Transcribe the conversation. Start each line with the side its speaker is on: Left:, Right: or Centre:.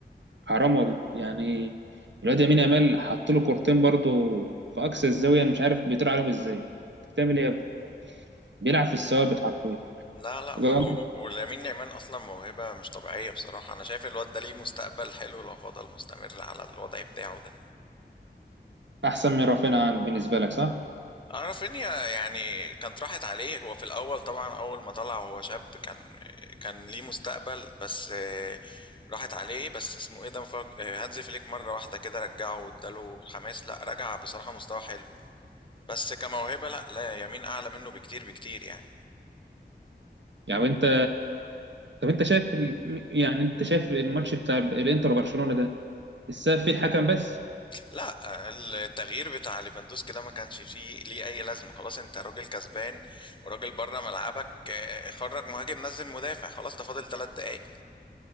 Right: حرام والله يعني الواد يمين يامال حط له كورتين برضه في اقصى الزاويه انا مش عارف بيطير عليهم ازاي انت بتعمل ايه يا ابني بيلعب في الثوابت حرفيا
Left: لا لا
Right: يبقى
Left: ما
Right: هو
Left: و- و- ولامين يامال اصلا موهبه مش طبيعيه بصراحه انا شايف الواد ده ليه مستقبل حلو لو فضل مستمر على الوضع بتاعه ده
Right: احسن من رافينيا عن- بالنسبه لك صح
Left: اعرف ان يعني كانت راحت عليه هو في الاول طبعا اول ما طلع وهو شاب كان كان ليه مستقبل بس آه، راحت عليه بس اسمه ايه ده مفاج- آه، هانز فليك مره واحده كده رجعه واداله حماس لا رجع بصراحه مستوى حلو بس كموهبه لا لا يمين اعلى منه بكتير بكتير يعني
Right: يعني انت طب انت شايف ال... يعني انت شايف الماتش بتاع الانتر وبرشلونه ده السبب فيه الحكم بس
Left: لا التغيير بتاع ليفاندوسكي ده ما كانش فيه ليه اي لازمه خلاص انت راجل كسبان وراجل بره ملعبك آه، خرج مهاجم نزل مدافع خلاص ده فاضل ثلاث دقايق